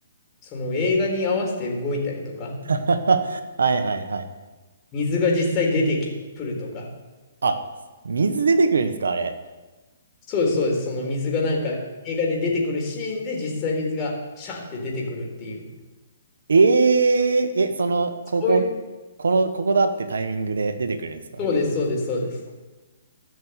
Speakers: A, on the left; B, on the right.
A: その映画に合わせて動いたりとか、
B: <laughs> はいはいはい。
A: 水が実際出てき、くるとか。
B: あ、水出てくるんですか、あれ。
A: そうです、そうです。その水がなんか映画で出てくるシーンで実際水がシャーって出てくるっていう。
B: えええ、その、ここ、
A: そういう、
B: この、ここだってタイミングで出てくるんですか
A: そうです、そうです、そうです。